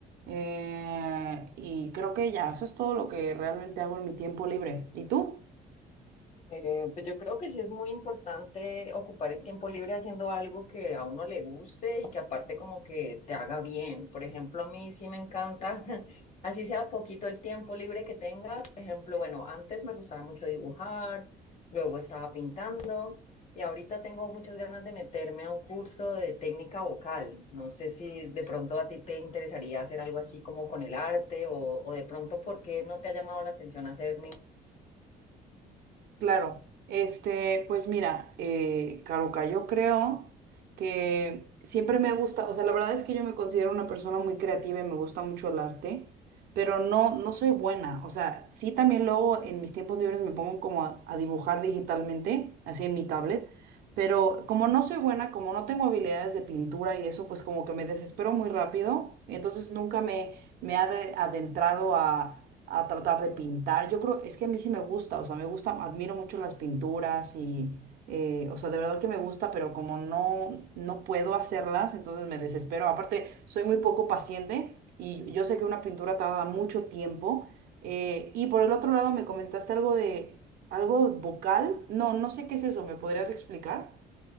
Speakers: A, on the right; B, on the left.
A: eh, y creo que ya, eso es todo lo que realmente hago en mi tiempo libre. ¿Y tú?
B: Eh, pues yo creo que sí es muy importante ocupar el tiempo libre haciendo algo que a uno le guste y que aparte como que te haga bien. Por ejemplo, a mí sí me encanta, <laughs> así sea poquito el tiempo libre que tenga. Por ejemplo, bueno, antes me gustaba mucho dibujar, luego estaba pintando y ahorita tengo muchas ganas de meterme a un curso de técnica vocal. No sé si de pronto a ti te interesaría hacer algo así como con el arte o, o de pronto por qué no te ha llamado la atención hacer
A: Claro, este, pues mira, eh, Caruca, yo creo que siempre me gusta, o sea, la verdad es que yo me considero una persona muy creativa y me gusta mucho el arte, pero no, no soy buena, o sea, sí también luego en mis tiempos libres me pongo como a, a dibujar digitalmente, así en mi tablet, pero como no soy buena, como no tengo habilidades de pintura y eso, pues como que me desespero muy rápido, entonces nunca me, me ha ade- adentrado a a tratar de pintar. Yo creo, es que a mí sí me gusta, o sea, me gusta, admiro mucho las pinturas y, eh, o sea, de verdad que me gusta, pero como no, no puedo hacerlas, entonces me desespero. Aparte, soy muy poco paciente y yo sé que una pintura tarda mucho tiempo. eh, y por el otro lado, me comentaste algo de, algo vocal. No, no sé qué es eso, ¿me podrías explicar?